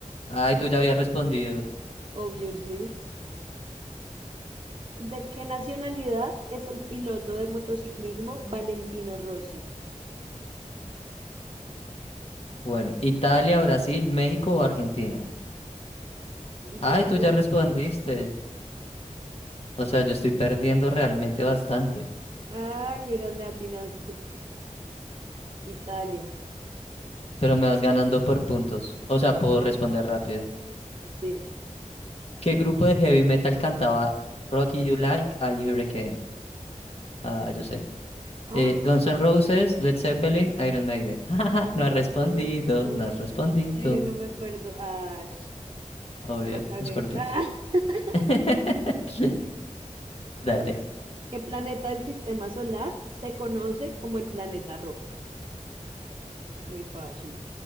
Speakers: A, on the left; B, on the right.
A: Ay, tú ya habías respondido.
B: obviously. ¿De qué nacionalidad es el piloto de motociclismo Valentino Rossi?
A: Bueno, Italia, Brasil, México o Argentina. Ay,
B: Yo ya
A: tú
B: respondí.
A: ya respondiste. O sea, yo estoy perdiendo realmente bastante,
B: Ay, mira, le atinaste. Italia.
A: pero me vas ganando por puntos. O sea, puedo responder rápido.
B: Sí.
A: ¿Qué grupo de heavy metal cantaba Rocky You Like a Hurricane? Ah, yo sé.
B: Ah,
A: Eh, Guns N' Roses, Led Zeppelin, Iron Maiden. <laughs>
B: uy,
A: No ha respondido, no ha respondido.
B: no sé, no me acuerdo. Ay,
A: Obvio,
B: la cagué.
A: Scorpions.
B: Ah, <laughs>
A: <laughs> Dale,
B: ¿qué planeta del sistema solar se conoce como el planeta rojo? Muy fácil.